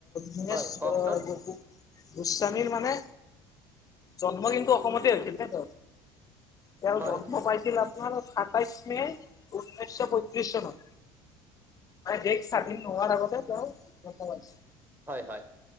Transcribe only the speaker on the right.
হয় কওকচোন
হয়
হয় হয়